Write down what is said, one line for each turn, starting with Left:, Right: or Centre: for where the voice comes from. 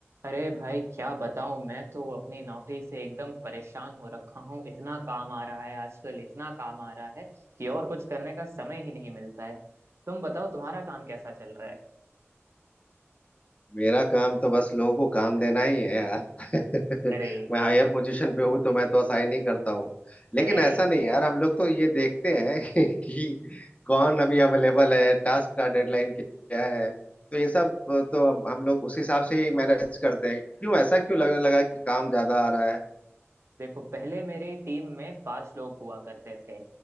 Right: अरे भाई क्या बताऊं मैं तो अपनी नौकरी से एकदम परेशान हो रखा हूँ इतना काम आ रहा है आजकल इतना काम आ रहा है कि और कुछ करने का समय ही नहीं मिलता है तुम बताओ तुम्हारा काम कैसा चल रहा है
Left: मेरा काम तो बस लोगों को काम देना ही है यार <laughs>
Right: अरे
Left: मैं हायर
Right: एक
Left: पोजीशन पे हूँ तो मैं तो असाइन ही करता हूँ लेकिन
Right: अरे
Left: ऐसा नहीं यार हम लोग तो ये देखते हैं <laughs> कि कौन अभी अवेलेबल है टास्क का डेडलाइन क्या है तो ये सब तो हम हम लोग उस हिसाब से ही मैनेज करते हैं क्यों ऐसा क्यों लगने लगा कि काम ज्यादा आ रहा है
Right: देखो पहले मेरी टीम में पांच लोग हुआ करते थे